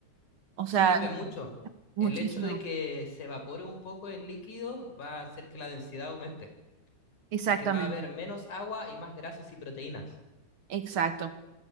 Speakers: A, on the right (about 45°); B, on the left (about 90°).
A: O sea,
B: Sí cambia mucho.
A: muchísimo.
B: El hecho de que se evapore un poco el líquido va a hacer que la densidad aumente,
A: Exactamente,
B: porque va a haber menos agua y más grasas y proteínas.
A: exacto.